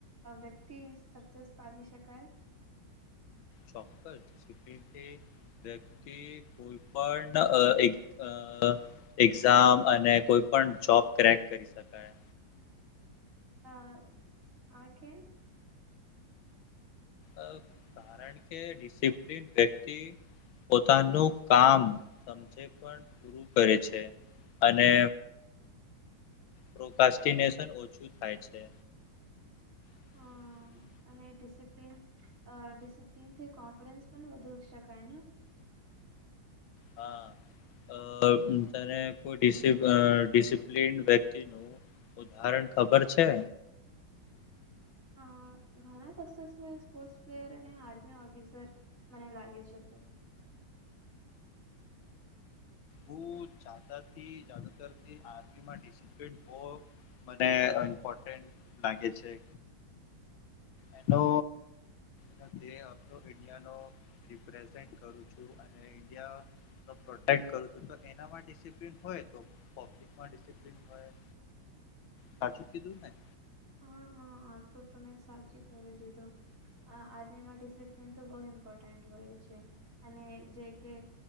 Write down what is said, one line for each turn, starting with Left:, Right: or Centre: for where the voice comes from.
Right: વ્યક્તિ સક્સેસ પાવી શકાય.
Left: ચોક્કસ <inaudible> વ્યક્તિ કોઈ પણ એક અ એક્ઝામ અને કોઈ પણ જોબ ક્રેક કરી શકાય.
Right: હા આકે
Left: અ તા રણકે ડિસિપ્લિન વ્યક્તિ પોતાનું કામ સમઝે પણ પૂરું કરે છે અને પ્રોકાસ્ટિનેશન ઓછું થાય છે. <inaudible>
Right: અ અને ડિસિપ્લન ડિસિપ્લન થી કોન્ફિડન્સ પણ વધુ શકાય.
Left: હા. અ તને કોઈ ડિસિપ્લીન વ્યક્તિનું ઉદાહરણ ખબર છે?
Right: અ ઘણા સક્સેર્સફુલ સ્પોર્ટ પ્લેયર અને આર્મી ઓફિસર મને લાગે છે તો.
Left: હું તાથી જાદુતરથી આર્મી મા ડિસિપ્લિન બો મને ઈમ્પોર્ટન્ટ લાગે છે. એનો <unintelligible> પ્રેસેંટે કરું છું અને ઇન્ડિયા નો પ્રોટેક્ટ કરું. એનામાં ડિસિપ્લિન હોય તો પબ્લિકમાં ડિસિપ્લન હોય. સાચું કીધું ને
Right: હા હા આ તો તમે સાચી કહી દીધું આર્મીમાં ડિસિપ્લન તો બહુ ઇમ્પોર્ટન્ટ હોય છે અને જે કે